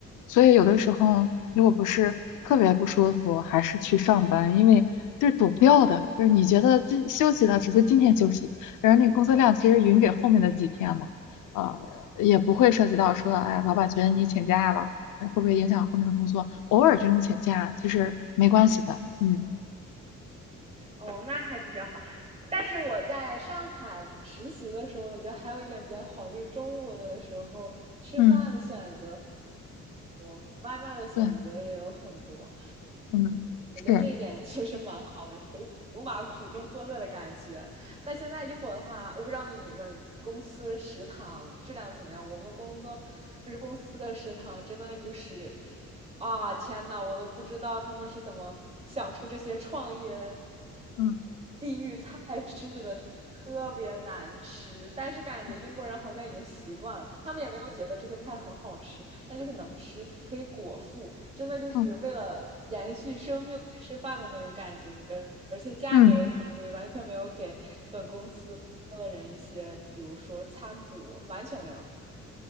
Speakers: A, on the left; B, on the right.
A: 所以有的时候，如果不是特别不舒服，还是去上班，因为就是躲不掉的，就是你觉得今休息了，只是今天休息。然后那个工作量其实匀给后面的几天嘛，呃，也不会涉及到说，哎，老板觉得你请假了，呃会不会影响后面的工作？偶尔这种请假其实没关系的，嗯
B: 哦，那还比较好。但是我在上海实习的时候，我觉得还有一点比较好，就是中午的时候吃饭的选择
A: 嗯，
B: 我外卖的选择也有很多，
A: 对，嗯，
B: 我觉得这一点确实蛮好的，
A: 是，
B: 有牛马苦中作乐的感觉。但现在英国的话，我不知道你们公司食堂质量怎么样。我们工作就是公司的食堂，真的就是啊，天呐，我都不知道他们是怎么想出这些创意的
A: 嗯
B: 地域菜式的，真的特别难吃。但是感觉英国人好像已经习惯了，
A: 嗯
B: 他们也没有觉得这些菜很好吃。那就是能吃，可以果腹，真的就是为了延续生命去吃饭的那种感觉，
A: 嗯
B: 而且价格也很贵，
A: 嗯。
B: 完全没有给本公司工作的人一些，比如说餐补，完全没有。